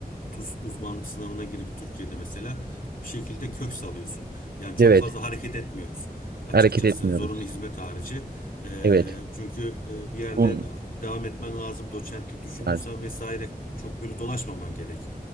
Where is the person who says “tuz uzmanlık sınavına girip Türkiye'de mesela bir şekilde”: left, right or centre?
Left